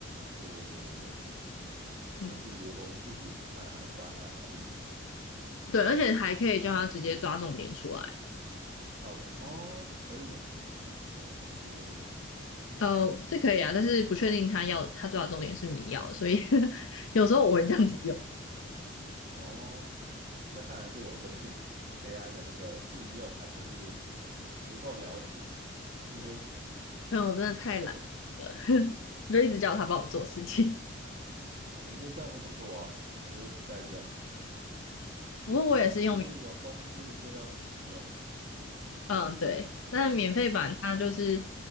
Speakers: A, on the right; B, on the left.
A: 对对对对对，可能比我们自己看还翻还好一点。
B: 嗯，对，而且还可以叫他直接抓重点出来。
A: 哦哦，可以哦，哦，我还没试过这个
B: 呃，是可以啊，但是不确定他要他抓的重点是不是你要的，所以 <laughs> 有时候我会这样子用。
A: 哦，那看来是我对 <laughs> AI 的那个应用还不是不够了解，<laughs>
B: 但我真的太懒了，
A: 还不，
B: <laughs> 就一直叫他帮我做事情。
A: 我觉得这样不错啊，我觉得是该这样，
B: 不过我也是用。
A: 就是有工具就要使用。
B: 嗯，对，那免费版它就是